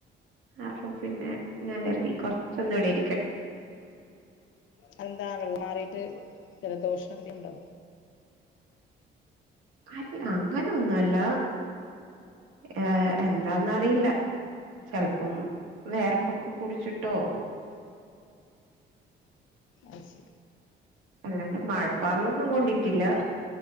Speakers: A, on the right; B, on the left.
A: അപ്പൊ പിന്നെ ഞാൻ കരുതി കുറച്ചൊന്ന ഇവിടൊയിരിക്കും
B: അതെന്താ വെള്ളമാറിട്ട് ജലദോഷം എന്ന്ത ഉണ്ടോ
A: അല്ല അങ്ങനെൊന്നല്ല ഏർ എന്താന്നറിയില്ല ചിലപ്പം വേർപ്പൊക്കെ കുടിച്ചിട്ടോ
B: എശ
A: അല്ലാണ്ട് മഴപ്പാറിലൊന്നും കൊണ്ടിട്ടില്ല